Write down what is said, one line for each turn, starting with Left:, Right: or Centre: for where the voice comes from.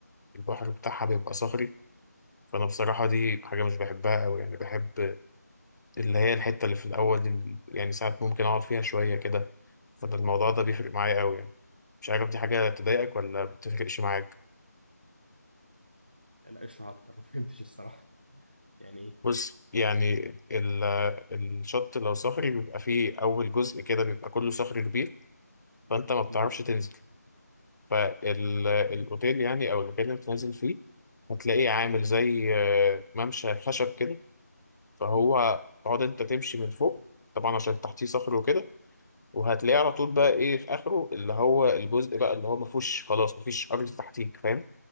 Left: البحر بتاعها بيبقى صخري فانا بصراحة دي حاجة مش بحبها قوي يعني بحب اللي هي الحتة اللي في الاول ال- يعني ساعات ممكن اقعد فيها شوية كده فده الموضوع ده بيفرق معايا قوي يعني مش عارف دي حاجة تضايقك ولا بتفرقش معاك
Right: لا اشرح اكتر <laughs> ما فهمتش الصراحه يعني ايه
Left: بص يعني ال- الشط لو صخري بيبقى فيه أول جزء كده بيبقى كله صخر كبير فانت ما بتعرفش
Right: مم.
Left: تنزل فالاوتيل يعني او المكان اللي بتنزل فيه هتلاقيه عامل زي آه، ممشى خشب كده فهو تقعد انت تمشي من فوق طبعا عشان تحتيه صخر وكده وهتلاقيه على طول بقى ايه في اخره اللي هو الجزء بقى اللي هو ما فيهوش خلاص ما فيش ارض تحتيك فاهم